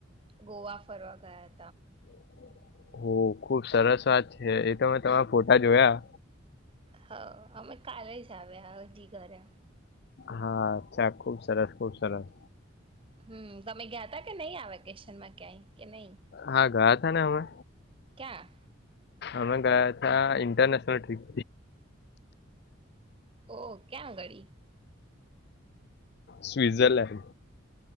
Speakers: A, on the right; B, on the left.
A: ગોવા. ફરવાગયા.
B: <inaudible> હો ખુબ સરસ વાત છે એ તો મેં તમારા ફોટા જોયા
A: હ અમે કાલે જ આવ હજી ઘરે.
B: હા ચાપ ખુબ સરસ ખુબ સરસ.
A: હમ તમે ગયા તા કે નહી આ વેકેશન માં ક્યાંય. કે નહી
B: હા ગયા તા ને અમે
A: ક્યાં
B: અમે. International trick.
A: ઓહ ક્યાં ગડી.
B: સ્વિઝરલેન્ડ.